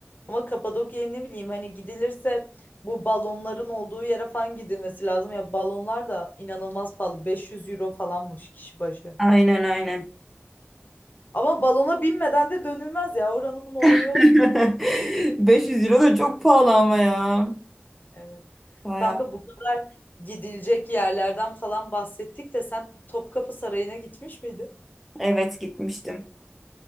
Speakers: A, on the left; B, in the centre.
A: Ama Kapadokya'ya ne bileyim hani gidilirse bu balonların olduğu yere falan gidilmesi lazım. Ya balonlar da inanılmaz pahalı. 500 euro falanmış kişi başı.
B: Aynen aynen.
A: Ama balona binmeden de dönülmez ya oranın olayı
B: <laughs>
A: o.
B: 500 euro da çok pahalı ama ya.
A: Evet.
B: Bayağı.
A: Kanka bu kadar gidilecek yerlerden falan bahsettik de sen Topkapı Sarayı'na gitmiş miydin?
B: Evet gitmiştim.